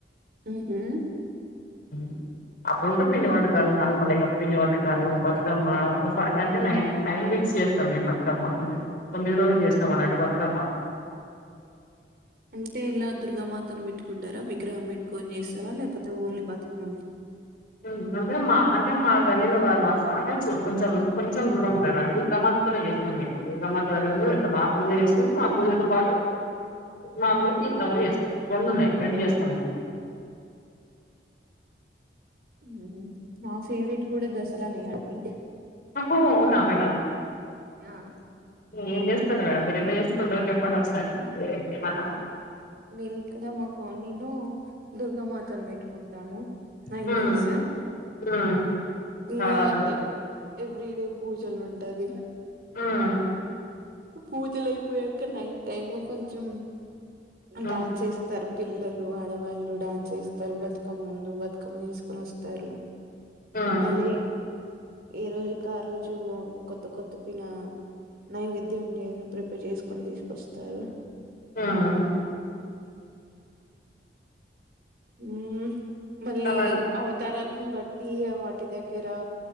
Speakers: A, on the right; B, on the left.
A: మ్మ్ హు
B: మ్మ్ అప్పుడు కూడా పిండి వంటకాలు నార్మల్ ఏగ పిండి వంటకాలు బతుకమ్మ ఒక ఫట అంటే నైన్ నైన్ ఫిక్స్ చేస్తాం మేము బతుకమ్మా అంటే తొమ్మిది రోజులు చేస్తాం అన్నట్టు బతుకమ్మా
A: అంటే ఇలా దుర్గామాతను పెట్టుకుంటారా విగ్రహం పెట్టుకొని చేస్తారా లేకపోతే ఓన్లీ బతుకమ్మని
B: మ్మ్ అంటే మా అంటే మా గల్లీలో కాదు మాస అంటే చి కొంచెం కొంచెం దూరం ఉంటుంది దుర్గామాత <unintelligible> తోనే చేస్తాం అండి దుర్గామాత దగ్గర లో మా పూజ చేస్తుంది మా పూజలతో పాటు మా ఊరికి <unintelligible> రొండు ఉన్నాయి రెండు చేస్తాం
A: హ్మ్ హు నా ఫేవరెట్ కూడా దసరా నే అండి
B: అ హో అవునా మేడం
A: ఆ
B: ఏం జేస్తరు మేడం మీరెట్ల జేసుకుంటరో చెప్పండి ఒకసారి ఏమన్నా
A: మేమిక్కడ మా కాలనీలో దుర్గామాతను పెట్టుకుంటాము నైన్
B: హ్మ్.
A: డేస్
B: హ్మ్.
A: ఇంగా
B: నవరాత్రులు.
A: ఎ ఎవ్రీ డే పూజలుంటది
B: హ్మ్.
A: పూజలైపోయాక నైట్ టైమ్ కొంచెం
B: హ్మ్.
A: డ్యాన్స్ ఏస్తారు పిల్లలు, ఆడవాళ్ళు డ్యాన్స్ ఏస్తరు, బతుకమ్మ ముందు బతుకమ్మ జేసుకొనొస్తారు
B: హ్మ్.
A: మళ్ళ ఇ ఏ రోజుకారోజు కొత్త కొత్త పిన నైవిద్ ధ్యం జేస ప్రిపేర్ చేసుకొని తీసుకొస్తారు
B: హ్మ్.
A: ఉమ్ మళ్ళీ
B: ఇంకా మేడం?
A: అవతారాలన్ బట్టి వాటి దగ్గరా